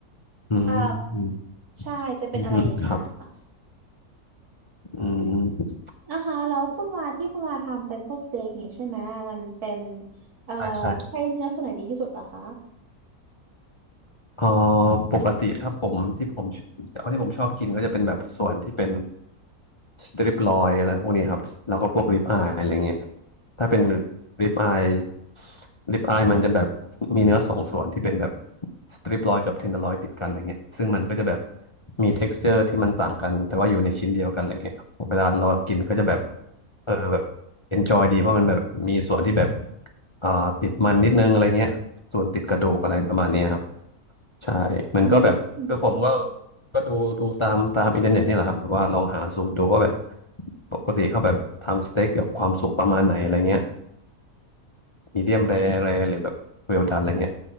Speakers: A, on the left (about 35°); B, on the right (about 80°).
A: อืมอืม
B: อ่าใช่จะเป็นอะไรอย่างเงี้ยค่ะ
A: อืมครับอืม
B: อ่าฮะแล้วคุณวาที่คุณวาทำเป็นพวกสเต็กนี้ใช่ไหมมันเป็นเอ่อ
A: ใช่ใช่
B: ใช้เนื้อส่วนไหนดีที่สุดเหรอคะ
A: เอ่อปกติถ้าผมที่ผมชอบที่ผมชอบกินก็จะเป็นแบบส่วนที่เป็น สตริปลอยอะไรพวกนี้ครับแล้วก็พวกริบอายอะไรเงี้ยถ้าเป็นริบอายริบอายมันจะแบบมีเนื้อสองส่วนที่เป็นแบบสตริปลอยกับเทนเดอร์ลอยติดกันอะไรเงี้ยซึ่งมันก็จะแบบมี texture ที่มันต่างกันแต่ว่าอยู่ในชิ้นเดียวกันอะไรเงี้ยเวลาเรากินก็จะแบบเออแบบ enjoy ดีเพราะมันแบบมีส่วนที่แบบอ่าติดมันนิดนึงอะไรเงี้ยส่วนติดกระดูกอะไรประมาณเนี้ยครับใช่มันก็แบบคือผมก็
B: อืมอืมน่าสนใจค่ะ
A: ก็ดูดูตามตามอินเทอร์เน็ตนี่แหละครับแบบว่าลองหาสูตรดูว่าแบบปกติเขาแบบทำสเต็กกับความสุกประมาณไหนอะไรเงี้ยมีเดียมแรร์แรร์หรือแบบเวลดันอะไรเงี้ย